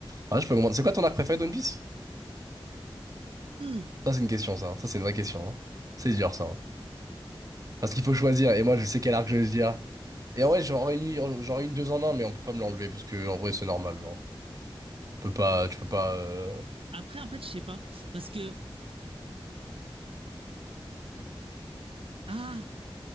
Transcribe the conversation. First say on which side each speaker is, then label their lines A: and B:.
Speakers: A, on the right; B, on the right.
A: Ah, je peux comprendre. C'est quoi ton arc préféré de One Piece?
B: Euh.
A: Ça, c'est une question, ça. Ça, c'est une vraie question. hein. C'est dur, ça. hein. Parce qu'il faut choisir, et moi, je sais quel arc je vais dire. Et en vrai, j'en réunis, j'en réunis deux en un, mais on peut pas me l'enlever, parce que, en vrai, c'est normal, genre. Tu peux pas, tu peux pas... euh,
B: Après, en fait, je sais pas. Parce que... Ah!